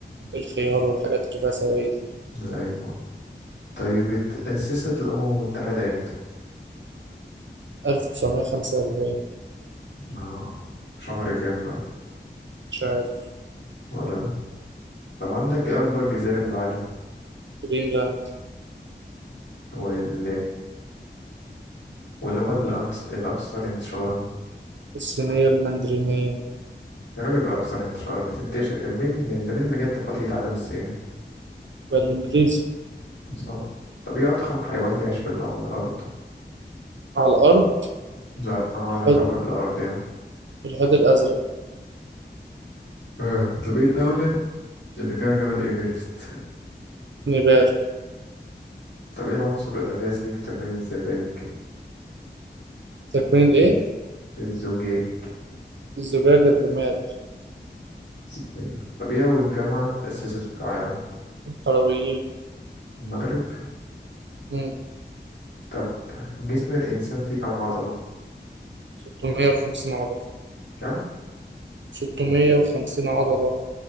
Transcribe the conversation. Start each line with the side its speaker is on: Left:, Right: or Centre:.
Right: الخيار والحاجات اللي فيها سوائل دي
Left: أيوة طيب اتأسست الأمم المتحدة إمتى؟
Right: 1945
Left: آه. شهر كام بقى؟
Right: مش عارف
Left: ولا أنا؟ طب عندك إيه أكبر جزيرة في العالم؟
Right: جرينلاند
Left: وال... واللغة الأنس... الأكثر انتشارا
Right: الصينية المندرينية
Left: الراجل الأكثر انتشارا بتنتشر مين يعني، ده مين بجد فاضي يتعلم الصيني
Right: والإنجليزي
Left: صح طب ايه أضخم حيوان يعيش بال... على الأرض
Right: على الأرض
Left: لا على
Right: الحوت
Left: كوكب الأرض يعني
Right: الحوت الأزرق
Left: اه طب ايه الدولة اللي فيها جبل ايفرست؟
Right: نيبال
Left: طب ايه العنصر الأساسي في تكوين الزجاج
Right: تكوين الإيه؟
Left: الزجاج
Right: الزجاج الرمال
Left: صحيح طب ايه أول جامعة تأسست في العالم
Right: الحلويين
Left: المغرب
Right: مم.
Left: طب جسم الإنسان فيه كم عضلة
Right: 650 عضلة
Left: كم
Right: 650 عضلة